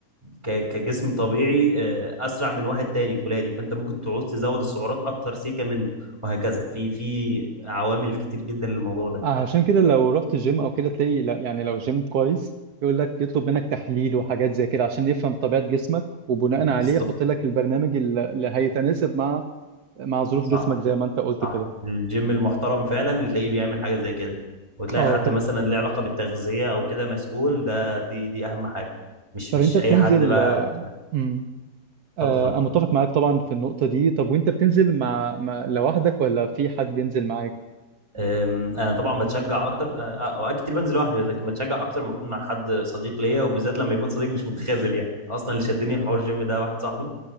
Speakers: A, on the right; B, on the right.
A: ك- كجسم طبيعي آه، اسرع من واحد تاني فلاني فانت ممكن تعوز تزود السعرات اكتر سيكه منه وهكذا في في عوامل كتير جدا للموضوع ده
B: عشان كده لو رحت جيم او كده تلاقي لو- يعني لو جيم كويس يقول لك يطلب منك تحليل وحاجات زي كده عشان يفهم طبيعة جسمك وبناء
A: بالظبط
B: عليه يحط لك البرنامج الل- اللي هيتناسب مع مع ظروف
A: صح
B: جسمك زي ما انت قلت
A: صح
B: كده
A: الجيم المحترم فعلا تلاقيه بيعمل حاجه زي كده وتلاقي
B: اه
A: حد
B: طب
A: مثلا له علاقه بالتغذيه او كده مسؤول ده دي دي اهم حاجه مش
B: طب
A: مش
B: انت بتنزل
A: اي حد بقى اتفضل
B: امم آه
A: اتفضل
B: انا متفق معاك طبعا في النقطة دي طب وانت بتنزل مع, مع لوحدك ولا في حد بينزل معاك
A: أم، انا طبعا بتشجع اكتر أه، آه، اوقات كتير بنزل لوحدي بس لكن بتشجع اكتر ما اكون مع حد صديق ليا وبالذات لما يكون صديق مش متخاذل يعني اصلا اللي شدني في حوار الجيم ده واحد صاحبي